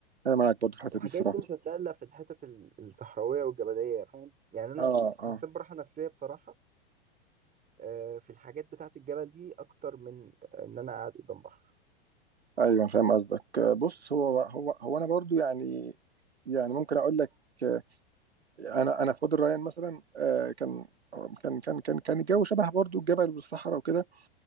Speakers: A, on the right; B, on the right.
A: انا معاك برضو في الحتة
B: الحاجات
A: دي الصراحة
B: دي مش هتلاقي الا في الحتت ال- الصحراوية والجبلية فاهم يعني انا
A: اه اه
B: حسيت براحة نفسية بصراحة آه، في الحاجات بتاعت الجبل دي اكتر من آه، ان انا قاعد قدام بحر
A: ايوه فاهم قصدك آه، بص هو هو هو انا برضو يعني يعني ممكن اقول لك آه، انا انا في وادي الريان مثلا آه، كان كان كان كان كان الجو شبه برضو الجبل والصحراء وكده